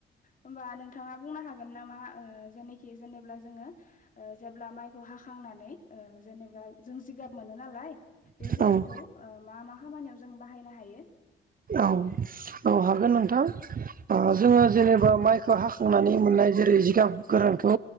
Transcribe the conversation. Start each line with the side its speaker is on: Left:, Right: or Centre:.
Left: होमबा नोंथाङा बुंनो हागोन नामा जेनाखि जेनेब्ला जोङो जेब्ला माइखौ हाखांनानै जेनेबा बा जों जिगाब मोनो नालाय बे जिगाबखौ
Right: औ औ
Left: ओ मा मा खामानियाव जों बाहायनो हायो? <inaudible>
Right: औ -औ हागोन नोंथां ओ जोङो
Left: औ
Right: जेनेबा माइखौ हाखांनानै मोननाय जेरै जिगाब गोरानखौ